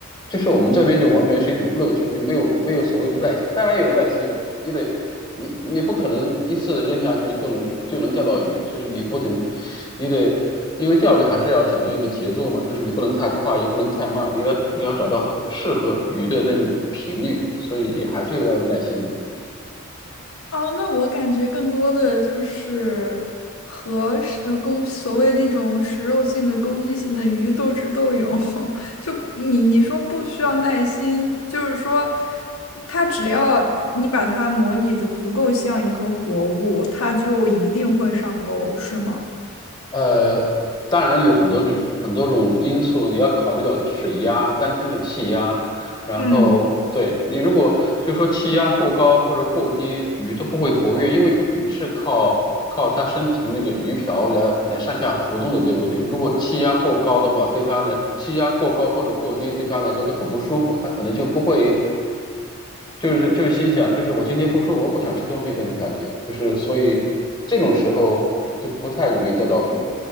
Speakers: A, on the left; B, on the left.
A: 就是我们这边就完全是一种乐趣，就没有没有所谓的耐心，当然也有耐心，也得你你不可能一次扔下去就能就能钓到鱼，就是你不停，你得因为钓鱼还是要讲究一个节奏嘛，就是你不能太快，也不能太慢，你要你要找到合适合鱼的那种频率，所以也还是有要有耐心的。
B: 哦，那我感觉更多的就是和食呃攻所谓那种食肉性的攻击性的鱼斗智斗勇，<laughs> 就你你说不需要耐心，就是说，它只要你把它模拟的足够像一个活物，它就一定会上钩，是吗？
A: 呃，当然有很多种很多种因素，你要考虑到水压、当天的气压，然后对你如果就说气压过高或者过低，
B: 嗯。
A: 鱼都不会活跃，因为鱼是靠靠它身体的那个鱼鳔来来上下浮动的，对不对？如果气压过高的话，对它来气压过高或者过低，对它来说都很不舒服，它可能就不会。就是就是心想，就是我今天不舒服，我不想吃东西那种感觉，就是所以这种时候就不太容易钓到鱼。